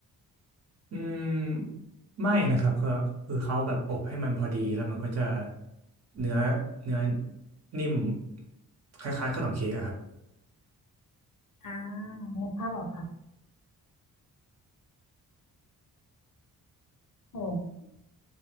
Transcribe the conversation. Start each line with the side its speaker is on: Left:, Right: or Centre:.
Right: อืมไม่นะครับก็คือเขาแบบอบให้มันพอดีแล้วมันก็จะเนื้อเนื้อนิ่มคล้ายๆขนมเค้กอะครับ
Left: อ่านึกภาพออกค่ะโอ้